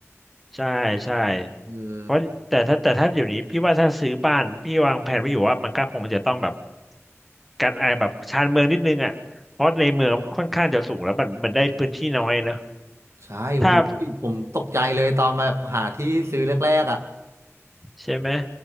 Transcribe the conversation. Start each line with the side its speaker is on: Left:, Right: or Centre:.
Centre: ใช่ใช่
Right: คือ
Centre: เพราะแต่ถ้าแต่ถ้าอยู่นี้พี่ว่าถ้าซื้อบ้านพี่วางแผนไว้อยู่ว่ามันก็คงจะต้องแบบการไอแบบชานเมืองนิดนึงอ่ะเพราะในเมืองมันค่อนข้างจะสูงแล้วมันมันได้พื้นที่น้อยเนอะ
Right: ใช่โอ้โหผมตกใจเลยตอนมาหาที่ซื้อแรกๆอ่ะ
Centre: ถ้าใช่ไหม